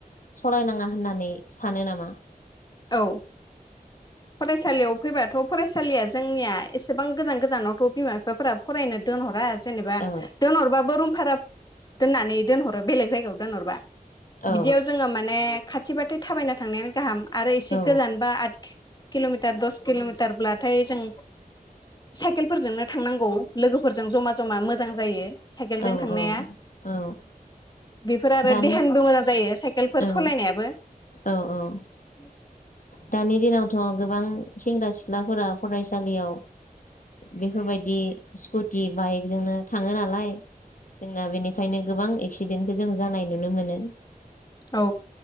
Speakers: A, on the left; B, on the left.
A: सलायनाङा होननानै सानो नामा। <inaudible>
B: औ फरायसालियाव फैबाथ फरायसालिया जोंनिया एसेबां गोजान गोजानावथ बिमा बिफाफोरा फरायनो दोनहरा। जेनेबा
A: औ
B: दोनहरबाबो रुम भारा दोननानै दोनहरो बेलेग जायगायाव। दोनहरबा।
A: औ
B: बिदियाव जोङो माने खाथि बाथ थाबायना थांनायानो गाहाम। एसे
A: औ
B: गोजानबा आत किलमिार दस किलमिटार ब्लाथाय। जों साइकेल फोरजोंनो थांनांगौ। लोगोफोरजों जमा जमा मोजां जायो साइकेलजों
A: औ
B: थांनाया
A: औ औ
B: बेफोर आरो
A: दानि
B: देहानिबो मोजां जायो साइकेलफोर
A: औ
B: सालायनायाबो।
A: औ औ
B: <inaudible>
A: दानि दिनावथ गोबां सेंग्रा सिख्लाफोरा फरायसालियाव बेफोरबायदि स्कुट दि बाइकजोंनो थाङो नालाय जोंना बेनिखायनो गोबां एक्सिडेन्टखो जों जानाय नुनो मोनो
B: औ।